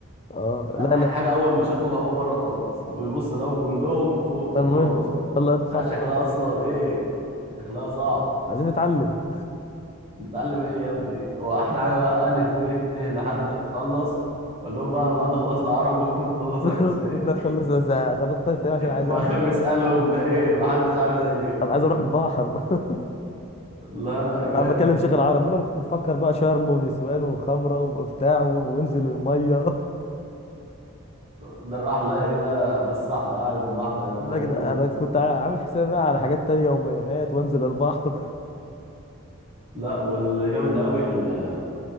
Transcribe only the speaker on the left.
اه لا لا
لا،
المهم
يلا اطلع
بره
انت
عايزين نتعلم
بكره
بكره اخلص اخلص تلات ايام عشان عايز
امشي
عايز-
انا عايز اروح البحر <laughs>
عم بكلم شيخ العرب بقول له انا كنت مفكر بقى شرم ونسوان وخمره وبتاع و- وانزل الميه
<laughs>
لا
كده انا كنت عامل حسابي بقى على حاجات تانية ومايوهات وانزل البحر